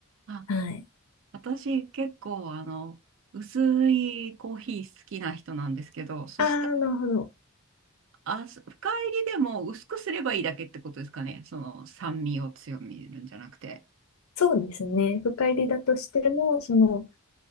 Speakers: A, on the right; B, on the left.
A: あ、
B: はい。
A: 私結構あの、薄いコーヒー好きな人なんですけど、そしたら、
B: ああ、なるほど。
A: あ、す深入りでも薄くすればいいだけってことですかね。その酸味を強めるんじゃなくて。
B: そうですね。深入りだとしても、その、